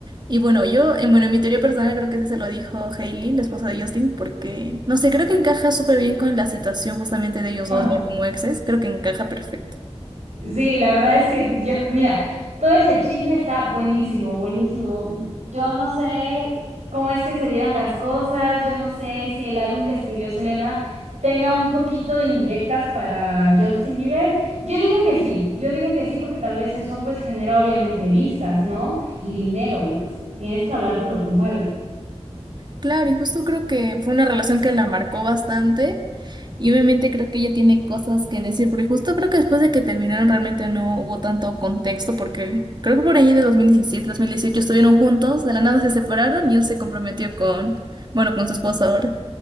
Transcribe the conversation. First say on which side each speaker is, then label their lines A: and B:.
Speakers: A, on the right (about 40°); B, on the right (about 75°).
A: Y bueno, yo, eh, bueno, en mi teoría personal creo que sí se lo dijo Hailey, la esposa de Justin, porque, no sé, creo que encaja súper bien con la situación justamente de ellos
B: <laughs>
A: dos ya como exes, creo que encaja perfecto.
B: Sí, la verdad es que yo, mira, todo ese chisme está buenísimo, buenísimo. Yo no sé cómo es que se dieron las cosas, yo no sé si el álbum que escribió Selena tenga un poquito de indirectas para Justin Bieber. Yo digo que sí, yo digo que sí porque tal vez eso pues genera obviamente vistas, ¿no? Y dinero y pues tienes que hablar de lo que mueve.
A: Claro, y justo creo que fue una relación que la marcó bastante y obviamente creo que ella tiene cosas que decir, porque justo creo que después de que terminaron realmente no hubo tanto contexto, porque creo que por ahí de dos dos mil diecisiete dos mil dieciocho estuvieron juntos, de la nada se separaron y él se comprometió con, bueno, con su esposa ahora.